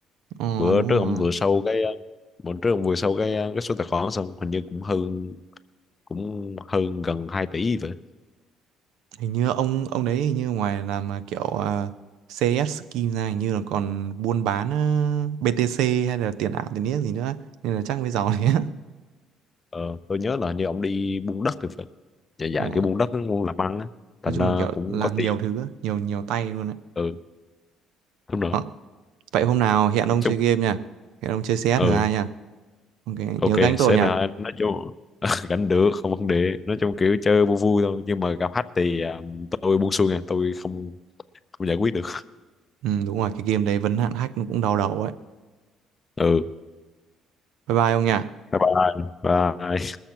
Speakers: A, on the right; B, on the left.
A: ờ
B: bữa
A: đúng
B: trước
A: rồi
B: ông vừa sâu cái ờ, bữa trước ông vừa sâu cái ờ, cái số tài khoản đó xong hình như cũng hơn cũng hơn gần 2 tỷ vậy
A: Hình như ông ông đấy hình như ngoài làm à, kiểu à, CS skin ra hình như là còn buôn bán à, BTC hay là tiền ảo tiền niếc gì nữa nên là chắc mới giàu đấy á.
B: ờ, tôi nhớ là hình như ông đi buôn đất thì phải dạ dạ
A: Ờ,
B: cái buôn đất muốn làm ăn á thành
A: Nói chung
B: ra
A: là kiểu
B: cũng
A: làm
B: có tiền
A: nhiều thứ, á, nhiều nhiều tay luôn đấy.
B: ừ đúng rồi
A: Ờ, Vậy hôm nào hẹn ông
B: nói chung
A: chơi game nha. Hẹn ông chơi CS
B: ừ
A: thử hai nha. Ok,
B: ok
A: nhớ gánh tôi
B: sẽ
A: nha.
B: là nói chung <laughs> gánh được không vấn đề nói chung kiểu chơi vui vui thôi nhưng mà gặp khách thì à, tôi buông xuôi nha tôi không không giải quyết được
A: Ừ, đúng rồi, cái game đấy vấn hạn hack nó cũng đau đầu ấy.
B: ừ
A: Bye bye ông nha.
B: bye bye bye